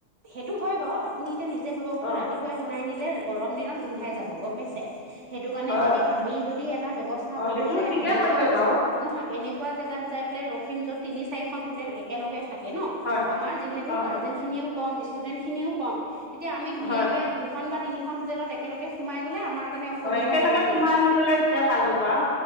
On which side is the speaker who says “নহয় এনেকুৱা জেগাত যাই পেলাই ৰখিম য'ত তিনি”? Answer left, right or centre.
Right